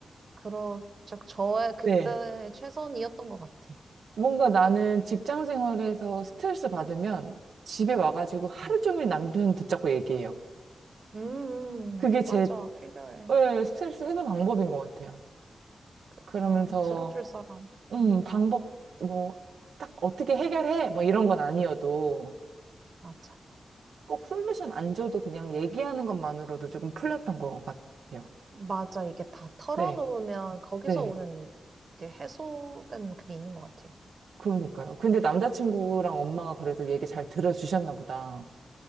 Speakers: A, on the right; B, on the right.
A: 그러, 저, 저의 그때
B: 네.
A: 최선이었던 것 같아요.
B: 뭔가 나는 직장 생활에서 스트레스 받으면 집에 와가지고 하루
A: 음,
B: 종일 남편 붙잡고 얘기해요.
A: 음,
B: 그게 제
A: 맞아. 필요해.
B: 예, 스트레스 해소 방법인 것 같아요.
A: 그죠.
B: 그러면서
A: 들어줄 사람.
B: 음,
A: 음,
B: 방법, 뭐, 딱 어떻게 해결해? 뭐 이런 건 아니어도
A: 맞아.
B: 꼭 솔루션 안 줘도 그냥 얘기하는 것만으로도 조금 풀렸던 것 같아요.
A: 맞아. 이게 다 털어놓으면
B: 네,
A: 거기서
B: 네.
A: 오는 그 해소된 그게 있는 것 같아요.
B: 그러니까요. 근데 남자친구랑 엄마가 그래도 얘기 잘 들어주셨나 보다.